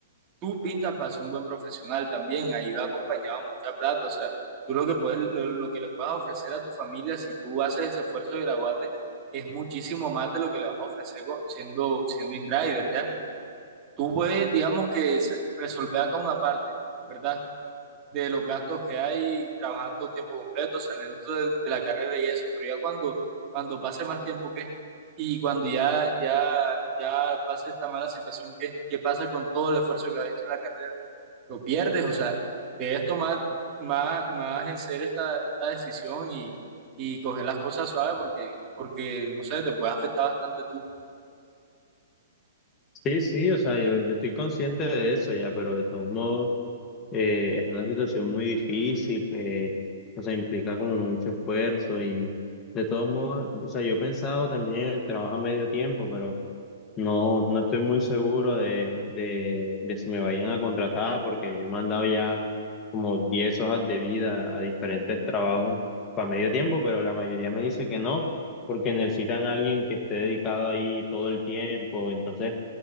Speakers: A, on the right (about 30°); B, on the left (about 25°).
A: tú pintas para ser un buen profesional también, ahí va acompañado mucha plata, o sea, tú lo que puedes, lo, lo que le puedes ofrecer a tu familia si tú haces ese esfuerzo de graduarte es muchísimo más de lo que le vas a ofrecer co- siendo, siendo in-driver, ¿ya? Tú puedes, digamos que s- resolver acá una parte, ¿verdad? De los gastos que hay trabajando tiempo completo, saliendo de, de la carrera y eso, pero ya cuando, cuando pase más tiempo, ¿qué? Y cuando ya, ya, ya pase esta mala situación, ¿qué? ¿Qué pasa con todo el esfuerzo que has hecho en la carrera? lo pierdes, o sea, debes tomar más, más en serio esta, esta decisión y, y coger las cosas suaves porque, porque, no sé, te puede afectar bastante tú.
B: Sí, sí, o sea, yo, yo estoy consciente de eso ya, pero de todos modos eh, es una situación muy difícil que, o sea, implica como mucho esfuerzo y de todos modos, o sea, yo he pensado también en el trabajo a medio tiempo, pero no, no estoy muy seguro de, de, de si me vayan a contratar porque yo he mandado ya como 10 hojas de vida a diferentes trabajos para medio tiempo, pero la mayoría me dice que no, porque necesitan a alguien que esté dedicado ahí todo el tiempo, entonces...